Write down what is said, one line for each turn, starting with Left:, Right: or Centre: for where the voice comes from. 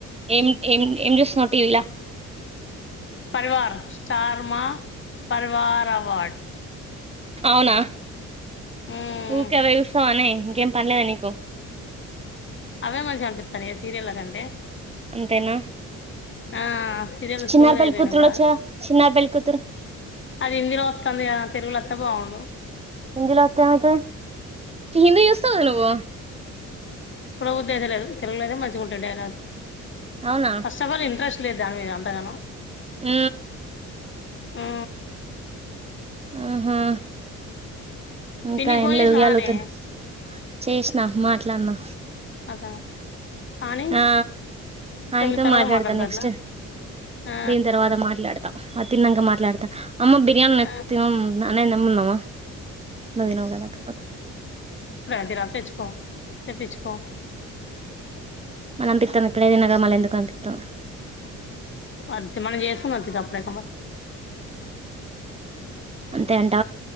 Right: ఏమి ఏమి ఏం జుసున్నవ్ టీవీ ల
Left: పరివార్ స్టార్ మా పరివార్ అవార్డ్
Right: అవునా
Left: మ్మ్
Right: ఊకవే యూస్తవ్ అన్ని ఇంకేం పన్లేదా నీకు
Left: అవే మంచిగా అనిపితన్నయే సీరియల కంటే
Right: అంతేనా
Left: ఆ సీరియల్
Right: చిన్నార్
Left: సోది
Right: పెళ్లి
Left: అయిపోయినయి
Right: కూతుడొచ్చగా
Left: బాగా
Right: చిన్నార్ పెల్ కూతురు
Left: అది ఇందిలో వతంది గా తెలుగుల అతే బాగుండు
Right: హిందిలా అతేమైతది హింది యూస్తవ్ గద నువ్వు
Left: చూడ బుద్ధి యితలేదు తెలుగులోనే మంచిగుంటయ్ డైలాగ్స్
Right: అవునా
Left: ఫస్టఫల్ ఇంట్రెస్ట్ లేదు దాని మీద అంతా గనం
Right: ఊ
Left: ఆ
Right: ఆహా ఇంకా
Left: పిన్నికి
Right: ఎం
Left: ఫోన్
Right: లే
Left: చేసినవానే
Right: ఊయలుగుతున్న చేసినా మాట్లాడినా
Left: అదా అని
Right: ఆ హానితో
Left: తొమ్మిది తర్వాత
Right: మాట్లాడతాను
Left: మాట్లాడతాట్నా
Right: నెక్స్ట్
Left: ఆ
Right: దీని తర్వాత మాట్లాడతా అద తిన్నంగా మాట్లాడతా అమ్మ బిర్యానీ
Left: ఆ
Right: న ననేే నమ్మున్నావా నవీన గా ద
Left: రా పచ్చుకో పచ్చుకో
Right: మళ్ళ పంపిస్తాం ఇప్పుడేదనాగా మళ్ళ ఎందుకు పంపిస్తాం
Left: అదితే మన ఎస్తున్నా చప్పుడకామా
Right: అంతే అంట